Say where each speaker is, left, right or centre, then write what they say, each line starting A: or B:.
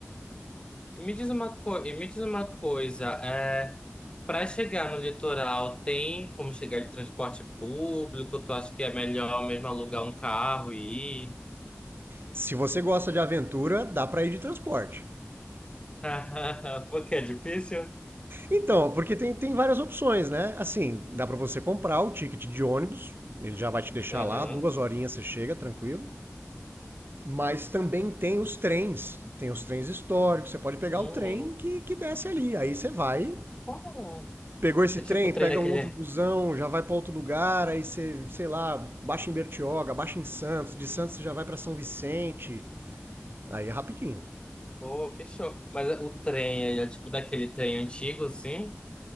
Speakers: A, on the left (about 20°); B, on the right (about 50°).
A: E Me diz uma co... e me diz uma coisa, é... para chegar no litoral, tem como chegar de transporte público? Tu acha que é melhor mesmo alugar um carro e ir?
B: Se você gosta de aventura, dá pra ir de transporte.
A: <laughs> Porque é difícil?
B: Então, porque tem, tem várias opções, né? Assim, dá pra você comprar o ticket de ônibus, ele já vai te deixar
A: Aham.
B: lá, duas horinhas você chega, tranquilo. Mas também tem os trens, tem os trens históricos, você pode pegar
A: Hum,
B: o trem que, que desce ali, aí você vai.
A: para.
B: Pegou esse
A: É
B: trem,
A: tipo o trem
B: pega
A: daquele.
B: um outro busão, já vai pra outro lugar, aí você, sei lá, baixa em Bertioga, baixa em Santos, de Santos você já vai pra São Vicente, aí é rapidinho.
A: Oh, que show. Mas o trem ele é tipo daquele trem antigo, assim?